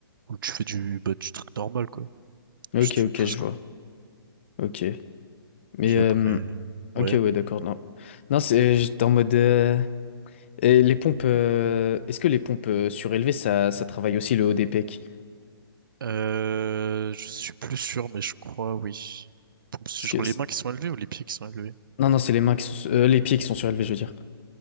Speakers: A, on the right; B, on the left.
A: Ou tu fais du, bah, du truc normal, quoi.
B: Ok,
A: Juste tu
B: ok,
A: pousses,
B: je
A: quoi.
B: vois. Ok. Mais,
A: Puis
B: euh,
A: après, ouais.
B: ok, ouais, d'accord. Non, non c'est, j'étais en mode. euh, Et les pompes, euh, est-ce que les pompes euh, surélevées, ça, ça travaille aussi le haut des pecs?
A: Euh, je suis plus sûr, mais je crois, oui. Pour- c'est
B: Parce
A: Genre
B: que
A: les
B: c'est-
A: mains qui sont élevées ou les pieds qui sont élevés?
B: non, non, c'est les mains qui sont, su- euh, les pieds qui sont surélevés, je veux dire.